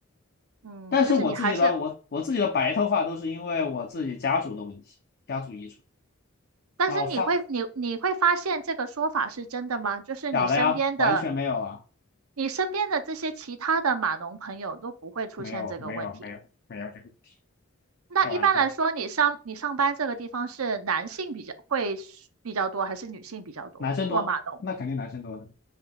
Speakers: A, on the right (about 90°); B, on the left (about 50°).
A: 嗯，
B: 但是我自己的我我自己的白头发都是因为我自己家族的问题，
A: 就是你还是
B: 家族遗传。
A: 但是你会你你会发现这个说法是真的吗？
B: 然后发
A: 就是你身边的
B: 假的呀，完全没有啊，
A: 你身边的这些其他的码农朋友都不会出现这个问题。
B: 没有没有没有没有这个，
A: 那一般来说，
B: 开玩笑，
A: 你上你上班这个地方是男性比较会比较多，还是女性比较多做码农？
B: 男生多，那肯定男生多的。